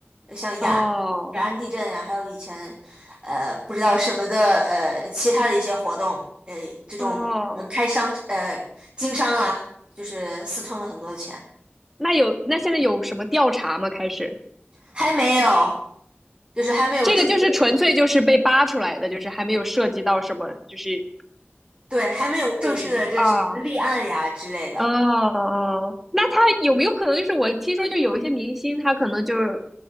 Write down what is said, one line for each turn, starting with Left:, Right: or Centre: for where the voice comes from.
Right: 像雅安雅安地震呀、
Centre: 哦
Right: 还有以前呃不知道什么的呃其他的一些活动，呃这种什么开商呃经商啊，
Centre: 哦，
Right: 就是私吞了很多钱，
Centre: 那有那现在有什么调查吗？开始，
Right: 还没有。就是还没有正式，
Centre: 这个就是纯粹就是被扒出来的，就是还没有涉及到什么，就是
Right: 对，还没有正式的这什么立案呀之类的。
Centre: 特别的啊。啊哦，那他有没有可能就是我听说就有一些明星，他可能就是